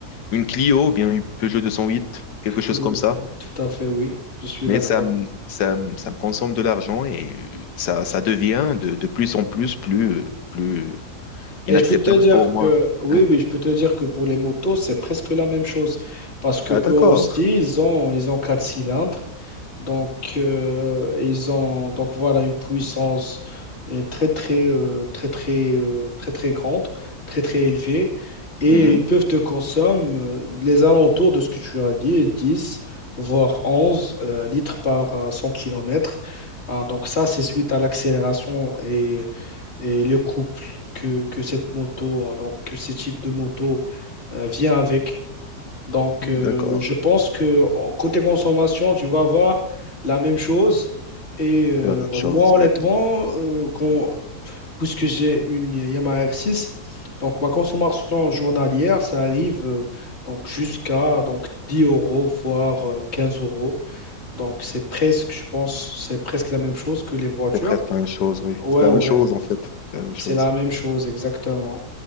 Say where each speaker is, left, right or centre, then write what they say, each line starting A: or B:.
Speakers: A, on the left (about 85°); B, on the left (about 40°).
A: une Clio, ou bien une Peugeot 208, quelque chose
B: Oui,
A: comme ça.
B: tout à fait, oui. Je suis
A: Mais
B: d'accord.
A: ça, me- ça, me- ça me consomme de l'argent et euh, ça, ça devient de, de plus en plus, plus, euh, plus inacceptable
B: Et je peux te dire
A: pour moi.
B: que, oui,
A: Ouais.
B: oui, je peux te dire que pour les motos, c'est presque la même chose. Parce que
A: Ah, d'accord.
B: eux aussi, ils ont, ils ont quatre cylindres. Donc, euh, ils ont, donc voilà, une puissance euh, très, très, euh, très, très, euh, très, très grande, très, très élevée. Et
A: Mhm.
B: ils peuvent te consommer euh, les alentours de ce que tu as dit, 10 voire 11 euh, litres par euh, 100 km. donc, ça, c'est suite à l'accélération et et le couple que, que cette moto, hein, donc que ce type de moto euh, vient avec. Donc,
A: D'accord.
B: euh, je pense que en- côté consommation, tu vas avoir la même chose. Et euh,
A: C'est la même chose,
B: moi, honnêtement,
A: oui.
B: euh, quand- puisque j'ai une Yamaha R6, donc ma consommation journalière, ça arrive euh, donc jusqu'à donc 10 euros, voire euh, 15 euros. Donc, c'est presque, je pense, c'est presque la même chose que les voitures.
A: C'est presque la même chose, oui.
B: Ouais,
A: C'est la
B: ouais.
A: même chose, en fait. C'est la même
B: C'est
A: chose.
B: la même chose, exactement.